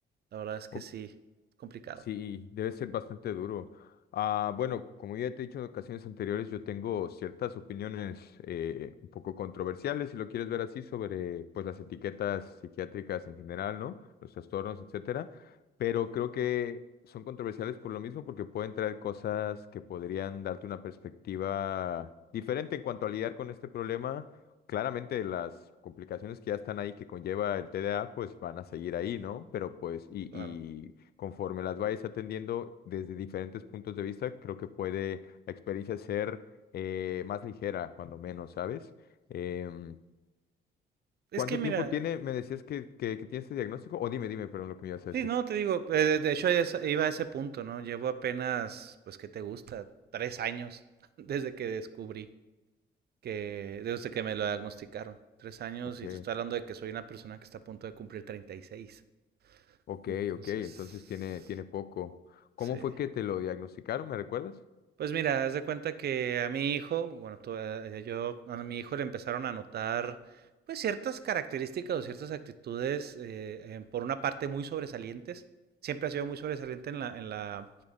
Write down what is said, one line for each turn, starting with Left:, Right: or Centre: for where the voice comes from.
Right: La verdad es que
Left: O-
Right: sí, es complicado.
Left: sí, debe ser bastante duro. Ah, bueno, como ya te he dicho en ocasiones anteriores, yo tengo ciertas opiniones eh, un poco controversiales, si lo quieres ver así, sobre pues las etiquetas psiquiátricas en general, ¿no? Los trastornos, etcétera. Pero creo que son controversiales por lo mismo, porque pueden traer cosas que podrían darte una perspectiva diferente en cuanto a lidiar con este problema claramente las complicaciones que ya están ahí que conlleva el TDA, pues van a seguir ahí, ¿no? Pero pues, y,
Right: Claro.
Left: y conforme las vayas atendiendo desde diferentes puntos de vista, creo que puede la experiencia ser eh, más ligera, cuando menos, ¿sabes? Em,
Right: Es
Left: ¿cuánto
Right: que mira,
Left: tiempo tiene? Me decías que, que, que tiene este diagnóstico, o dime, dime, perdón, lo que me ibas a decir.
Right: sí, no, te digo, eh, de hecho es- iba a ese punto, ¿no? Llevo apenas, pues, ¿qué te gusta? Tres años <laughs> desde que descubrí que, desde que me lo diagnosticaron. Tres años
Left: Ok,
Right: y te estoy hablando de que soy una persona que está a punto de cumplir treinta y seis,
Left: ok,
Right: Entonces,
Left: ok, entonces tiene, tiene poco. ¿Cómo
Right: sí.
Left: fue que te lo diagnosticaron? ¿Me recuerdas?
Right: Pues mira, haz de cuenta que a mi hijo, bueno, tú, eh, yo, a mi hijo le empezaron a notar pues ciertas características o ciertas actitudes, eh, em, por una parte muy sobresalientes. Siempre ha sido muy sobresaliente en la, en la,